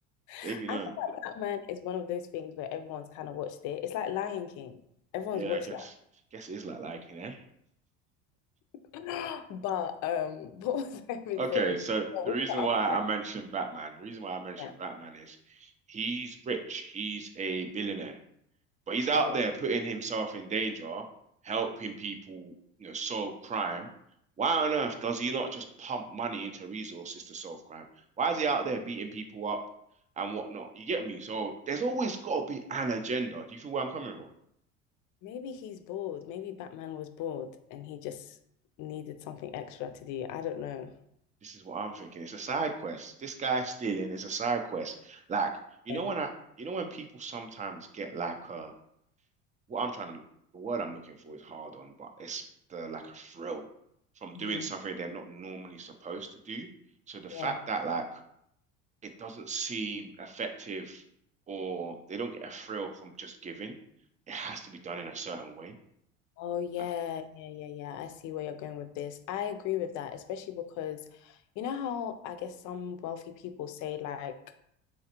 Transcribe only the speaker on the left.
feel
like Batman is one of those things where everyone's kind of watched it. It's like Lion King. Everyone's
watched
that. <gasps> But um, <laughs> what was I even
saying?
Oh,
What's
the other
thing?
Oh,
maybe he's bored. Maybe Batman was bored and he just needed something extra to do. I don't know.
Yeah.
Mhm.
Yeah.
Oh yeah,
yeah, yeah, yeah. I see where you're going with this. I agree with that, especially because you know how I guess some wealthy people say like